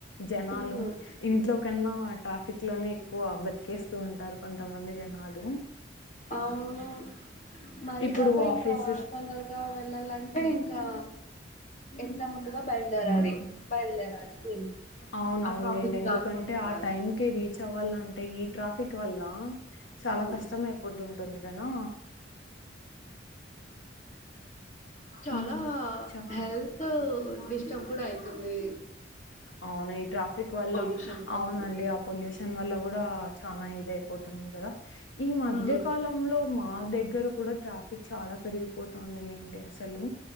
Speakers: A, on the left; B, on the left.
A: జనాలు
B: ఉమ్
A: ఇంట్లో కన్నా ట్రాఫిక్ లోనే ఎక్కువ బతికేస్తూ ఉంటారు కొంతమంది జనాలు
B: అవును మరికాక
A: ఇప్పుడు ఆఫీస్
B: ఇంకా తొందరగా వెళ్ళాలంటే ఇం ఇకా ఎంత ముందుగా బయలుదేరాలి బయలుదేరాలి మేము
A: అవునవునులేండి
B: ఆ ట్రాఫిక్
A: ఎందుకంటే
B: దాటుకుంటూ వెళ్ళాలి
A: ఆ టైం కి రీచ్ అవ్వాలంటే ఈ ట్రాఫిక్ వల్ల చాలా
B: ఉమ్
A: కష్టం అయిపోదూ ఉంటుంది కదా
B: చాలా
A: హ్మ్. చ
B: హెల్త్ టు డిష్టబ్ కూడా ఐతుంది
A: అవును ఈ ట్రాఫిక్ వల్ల
B: పొల్యూషన్
A: అవునండి
B: వస్తుంది
A: ఆ పొల్యూషన్ వల్ల కూడా చాలా ఇది అయిపోతుంది కదా ఈ మధ్య
B: ఉమ్.
A: కాలంలో మా దగ్గర కూడా ట్రాఫిక్ చాలా పెరిగిపోతుంది లేండి అసలు